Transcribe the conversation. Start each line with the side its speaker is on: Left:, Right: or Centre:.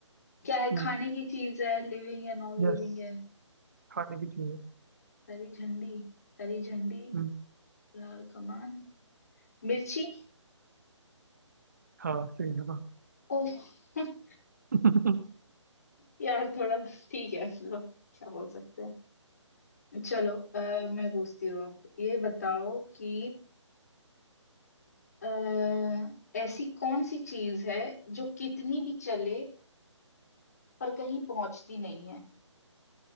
Left: क्या है
Right: हम्म
Left: खाने की चीज है लिविंग है नॉन लिविंग
Right: यस
Left: है
Right: खाने की चीज है
Left: हरी झंडी हरी झंडी
Right: हम्म,
Left: लाल कमान मिर्ची
Right: हाँ सही जगह
Left: ओह <laughs>
Right: <laughs>
Left: यार थोड़ा ठीक है लो क्या बोल सकते हैं चलो अ, मैं पूछती हूँ अब ये बताओ कि अ, ऐसी कौन सी चीज है जो कितनी भी चले पर कहीं पहुंचती नहीं है